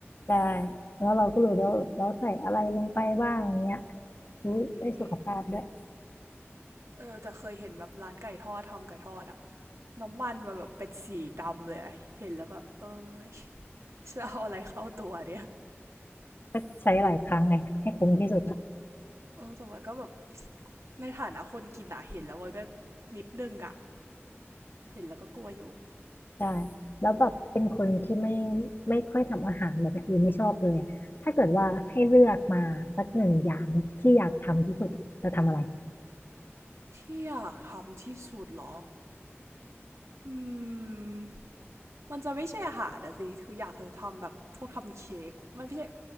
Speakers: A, on the left; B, on the right.
A: ได้แล้วเราก็รู้แล้ววาเราใส่อะไรลงไปบ้างเงี้ยรู้ได้สุขภาพด้วย
B: อืมเออแต่เคยเห็นแบบร้านไก่ทอดทำไก่ทอดอะน้ำมันมันแบบเป็นสีดำเลยอะเห็นแล้วก็เอ้ยจะเอาอะไรเข้าตัวเนี่ย
A: ก็ใช้หลายครั้งไงให้คุ้มที่สุด
B: เออแต่ว่าก็แบบในฐานะคนกินอะเห็นแล้วมันก็นิดนึงอะเห็นแล้วก็กลัวอยู่
A: ใช่แล้วแบบเป็นคนที่ไม่ไม่ค่อยทำอาหารแบบอื่นไม่ชอบเลยอะถ้าเกิดว่าให้เลือกมาสักหนึ่งอย่างเนี่ยที่อยากทำที่สุดอะจะทำอะไร
B: ที่อยากทำที่สุดเหรออืมมันจะไม่ใช่อาหารนะสิคืออยากจะทำแบบพวกทำเค้กมันไม่ใช่